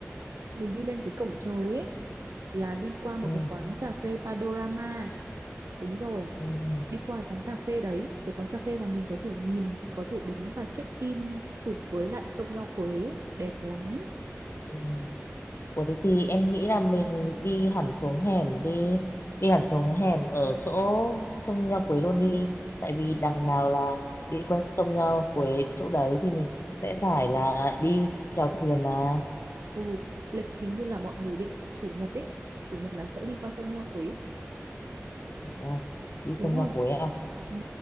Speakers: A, on the right; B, on the left.
A: mình đi lên cái cổng trời ấy là đi qua một
B: ừ,
A: cái quán cà phê Panorama. Đúng rồi,
B: ừ,
A: đi qua cái quán cà phê đấy, cái quán cà phê mà mình có thể nhìn, có thể đứng và check in chụp với lại sông Nho Quế, đẹp lắm.
B: ừ. Ủa thế thì em nghĩ là mình đi hẳn xuống hẻm đi đi hẳn xuống hẻm ở chỗ sông Nho Quế luôn đi tại vì đằng nào là đi quanh sông Nho Quế chỗ đấy thì mình cũng sẽ phải là đi chèo thuyền mà
A: Ừ, lịch hình như là mọi người định chủ nhật ấy. Chủ nhật là sẽ đi qua sông Nho Quế.
B: Ờ, đi sông
A: Đúng rồi.
B: Nho Quế à
A: Ừ.